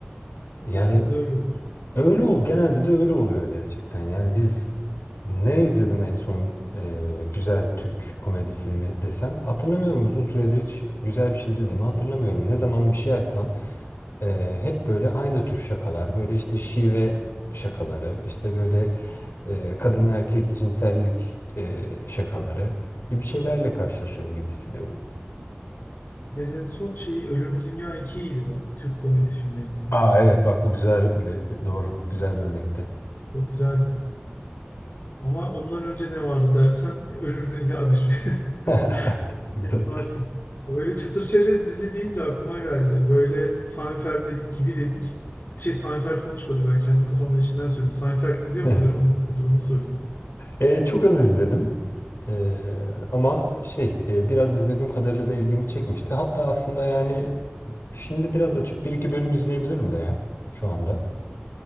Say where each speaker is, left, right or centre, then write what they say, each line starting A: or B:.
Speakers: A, on the left; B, on the left.
A: Yani
B: Genelde de öyle olur.
A: Öyle ol- genelde de öyle oluyor gerçekten. Yani biz ne izledim en son e, güzel Türk komedi filmi desem hatırlamıyorum. Uzun süredir hiç güzel bir şey izlediğimi hatırlamıyorum. Ne zaman bir şey açsam e, hep böyle aynı tür şakalar, böyle işte şive şakaları, işte böyle e, kadın erkek cinsellik e, şakaları gibi şeylerle karşılaşıyorum gibi hissediyorum.
B: Ben en son şey Ölümlü Dünya 2 idi bak Türk komedi filmlerinden.
A: Aa evet bak bu güzel doğru güzel bir örnekti.
B: O güzeldi. Ama ondan önce ne vardı dersen Ölümü Dünya Bir.
A: <laughs>
B: <laughs>
A: Da-
B: Yaparsın. Böyle çıtır çerez dizi deyince aklıma geldi. Böyle Seinfeld dedik gibi dedik. Şey Seinfeld konuşmadık ben kendi kafamın içinden söyledim. Seinfeld izliyor
A: <laughs>
B: muydun ondan önce onu sorayım.
A: E, çok az izledim. E, ama şey e, biraz izlediğim kadarıyla da ilgimi çekmişti. Hatta aslında yani şimdi biraz açıp bir iki bölüm izleyebilirim de ya şu anda.